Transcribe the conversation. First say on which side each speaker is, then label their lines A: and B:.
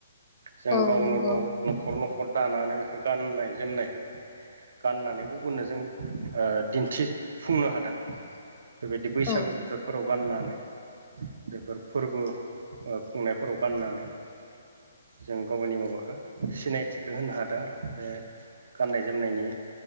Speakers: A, on the right; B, on the left.
A: जों
B: औ
A: गावनो
B: नंगौ
A: गाव न'खर न'खर दानानै बेखौ गाननाय जोमनायखौ गाननानै गुबुननो जों ओ दिन्थिफुंनो हादों बेबायदि बैसागु
B: औ
A: बोथोरफोराव गाननानै बेफोर फोरबो ओ खुंनायफोराव गाननानै जों गावनि माबाखौ सिनायथिखौ होनो हादों आरो बे गाननाय जोमनायनि